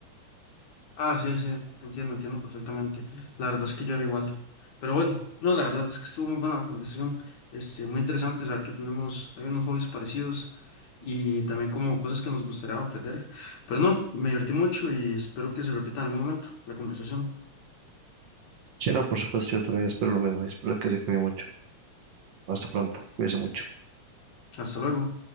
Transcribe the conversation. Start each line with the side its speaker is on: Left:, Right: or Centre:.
Left: Ah, sí, sí, entiendo, entiendo perfectamente. La verdad es que yo era igual. Pero bueno, no, la verdad es que estuvo muy buena la conversación, este, muy interesante saber que tenemos, hay unos hobbies parecidos y también como cosas que nos gustaría aprender. Pero no, me divertí mucho y espero que se repita en algún momento la conversación.
Right: Sí, no, por supuesto, yo también espero lo mismo y espero que se cuide mucho. Hasta pronto, cuídese mucho.
Left: Hasta luego.